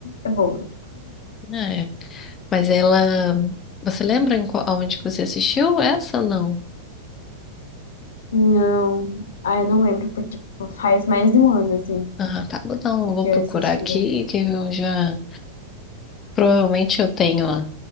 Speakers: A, on the left (about 85°); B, on the left (about 25°).
A: é boa.
B: É. Mas ela. Você lembra em qual, aonde que você assistiu essa ou não?
A: Não. Ah, eu não lembro, porque tipo, faz mais de um ano, assim,
B: Ah, tá. Vou- Não, eu vou
A: que
B: procurar
A: eu assisti
B: aqui,
A: ela.
B: que eu já. Provavelmente eu tenho, ó.